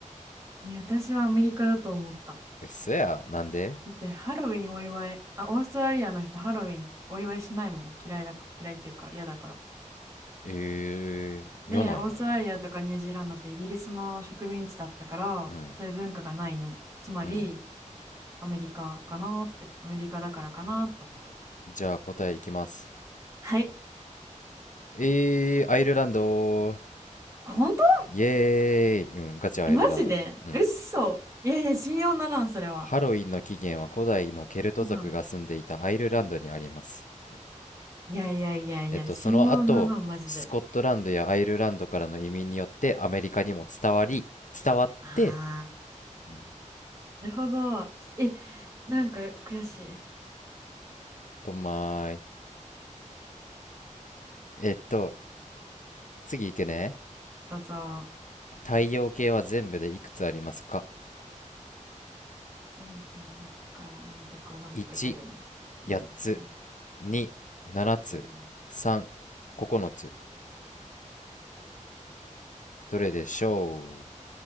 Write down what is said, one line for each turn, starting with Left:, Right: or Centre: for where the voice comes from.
Right: ね私はアメリカだと思った。
Left: うっそや、なんで
Right: だってハロウィンお祝い、あ、オーストラリアの人ハロウィンお祝いしないもん。嫌いだ、嫌いっていうか嫌だから。
Left: えー、
Right: で、
Left: 嫌なんや。
Right: オーストラリアとかニュージーランドってイギリスの植民地だったから、
Left: うん、
Right: そういう文化がないの。つまり、
Left: うん。
Right: アメリカかなって、アメリカだからかなって思った。
Left: じゃあ答えいきます。
Right: はい。
Left: えー、アイルランド
Right: 本当
Left: イエーイうん、ガチアイルランド。
Right: マジで嘘いやいや、
Left: うん。
Right: 信用ならん、それは。
Left: ハロウィンの起源は古代のケルト族が住んでいたアイルランドにあります。
Right: うん
Left: って
Right: いやいやいやいや、
Left: えっと、
Right: 信用ならマジで。
Left: その後、スコットランドやアイルランドからの移民によってアメリカにも伝わり、伝わって、
Right: ああ
Left: うん、
Right: なるほど。え、なんか悔しい。
Left: とまーい。えっと、次いくね。
Right: どうぞ。
Left: 太陽系は全部でいくつありますか
Right: 水平だか、なんとかなんとかだよね。
Left: ?1、
Right: うん、
Left: 8つ、
Right: 水平、
Left: 2、7つ、
Right: リー
Left: 3、9つ。どれでしょう